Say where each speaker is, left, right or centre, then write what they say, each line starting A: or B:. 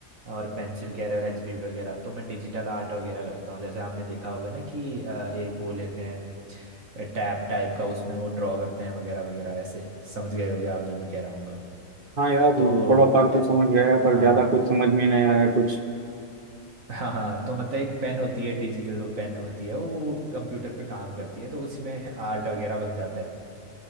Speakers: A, on the right; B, on the right.
A: और पेंसिल वगैरह एचबी वगैरह तो मैं डिजिटल आर्ट वगैरह करता हूँ जैसे आपने देखा होगा ना कि अ, एक वो लेते हैं टैब टाइप का उसमें वो ड्रॉ करते हैं वगैरह वगैरह ऐसे समझ गए होगे आप जो मैं कह रहा हूँ
B: हाँ यार
A: तो
B: थोड़ा फार तो समझ गया पर
A: हाँ
B: ज्यादा कुछ समझ में नहीं आया कुछ
A: हाँ हाँ तो मतलब एक पेन होती है डिजिटल वो पेन होती है वो कंप्यूटर पे काम करती है तो उसी में आर्ट वगैरह बन जाता है